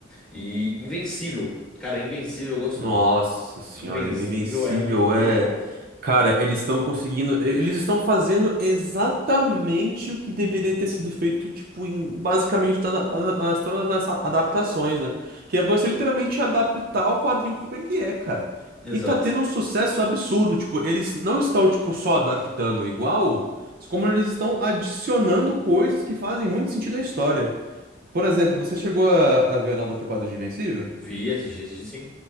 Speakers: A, in the centre; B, on the right.
A: E Invencível. Cara, Invencível eu gosto
B: Nossa
A: muito.
B: senhora,
A: Invencível
B: o Invencível
A: é muito
B: é.
A: bom.
B: Cara, eles estão conseguindo. e- Eles estão fazendo exatamente o que deveria ter sido feito, tipo, em basicamente todas as, as- todas as adaptações, né? Que é você literalmente adaptar o quadrinho como ele é, cara.
A: Exato.
B: E tá tendo um sucesso absurdo. Tipo, eles não estão, tipo, só adaptando igual, como eles estão adicionando coisas que fazem muito sentido à história. Por exemplo, você chegou a, a ver a nova temporada de Invencível?
A: Vi, assisti, assisti sim.